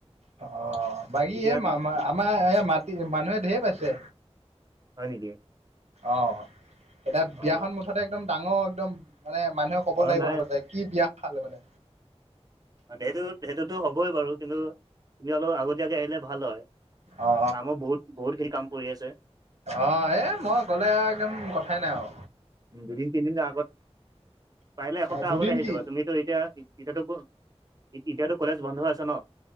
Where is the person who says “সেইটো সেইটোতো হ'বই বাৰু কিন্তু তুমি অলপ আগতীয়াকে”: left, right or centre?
Right